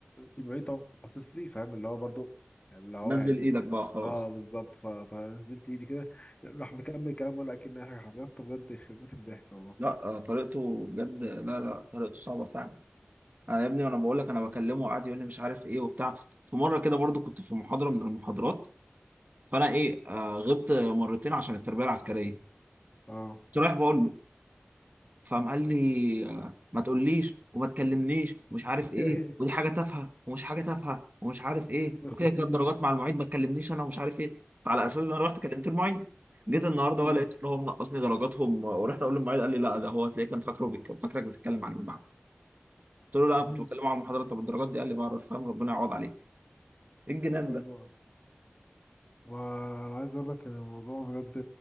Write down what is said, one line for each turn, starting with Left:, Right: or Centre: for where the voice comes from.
Left: المعيد طبعا باصص لي فاهم اللي هو برضو اللي هو
Right: نزل
Left: يعني
Right: ايدك بقى خلاص
Left: اه بالظبط ف- فنزلت ايدي كده راح مكمل كلام ولا اكن حاجه حصلت يا اسطى بجد يخرب بيت الضحك والله
Right: لا آه، طريقته بجد لا لا طريقته صعبه فعلا انا يا ابني وانا بقول لك انا بكلمه قاعد يقول لي مش عارف ايه وبتاع في مره كده برضو كنت في محاضره من المحاضرات فانا ايه آه غبت مرتين عشان التربيه العسكريه
Left: اه
Right: كنت رايح بقول له فقام قال لي آه، ما تقوليش وما تكلمنيش ومش عارف
Left: <laughs>
Right: ايه ودي حاجه تافهه ومش حاجه تافهه ومش عارف ايه
Left: ما يخصنيش
Right: وكده كده الدرجات مع المعيد ما تكلمنيش انا ومش عارف ايه فعلى اساس ده انا رحت كلمت المعيد جيت النهارده
Left: آه.
Right: بقى لقيت ان هو منقصني درجاتهم ورحت اقول للمعيد قال لي لا ده هو هتلاقيه كان فاكره بيك... فاكرك بتتكلم عن المعهد قلت له لا انا
Left: ما
Right: كنت بتكلم عن المحاضرات طب الدرجات دي قال لي بعرف فاهم ربنا يعوض عليك ايه الجنان
Left: ما-
Right: ده
Left: انا عايز اقول لك ان الموضوع بجد